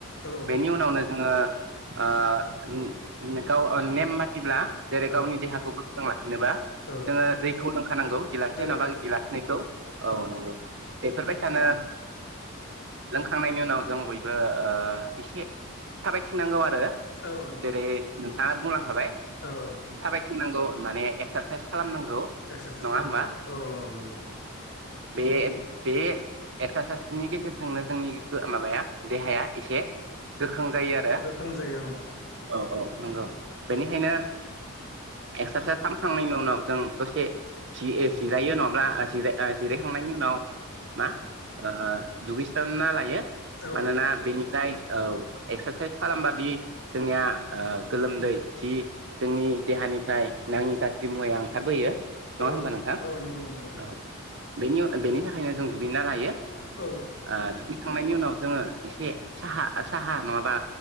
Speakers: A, on the left (about 50°); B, on the right (about 55°).
A: औ
B: बेनि उनावनो जोंङो ओ उम उम गाव ओ नेम बदिब्ला जेरै
A: औ
B: गावनि देहाखौ गोख्रों लाखिनोबा
A: औ
B: जोंङो दैखौ लोंखानांगौ गिलास
A: दैखौ
B: से नंङाबा
A: लोंथारनांगौ
B: गिलासिनैखौ औ नंगौ बेफोरबायसानो लोंखांनायनि उनाव जों बयबो ओ एसे थाबायथिंनांगौ आरो
A: औ औ नोंथां
B: जेरै ना बुंलांखाबाय
A: औ नोंथां
B: थाबायथिनांगौ माने एक्सारसाइस खालामनांगौ
A: एक्सारसाइस
B: नङा
A: खालामनांगौ
B: होमबा
A: औ औ औ नंगौं।
B: बे बे एक्सारसाइसनि गेजेरजोंनो जोंनि गो माबाया देहाया एसे गो गोक्रों जायो आरो
A: गोख्रों जायो औ नोंथां
B: औ औ नंगौ
A: औ
B: बेनिखायनो एक्सारसाइस खालामखांनायनि उनाव जों दसे जि-जिरायो नंङाब्ला जिराय ओ जिरायखांनायनि उनाव मा ओ ओ दुगैस्रोनालायो
A: औ नोंथां औ
B: मानोना
A: औ नोंथां
B: बेनिफ्राय औ एक्सारसाइस खालामबादि जोंनिया ओ गोलोमदै जि जोंनि देहा निफ्राय नांङि गाज्रि मुवाया ओंखारबोयो नङा
A: औ
B: होमबा
A: नोंथां औ नोंगौ नोंगौ नोंथां
B: औ बेनि उम बेनि थाखायनो जों दुगैना लायो
A: औ
B: ओ दुगैखांनायनि उनाव जोंङो एसे साहा साहा नंङाबा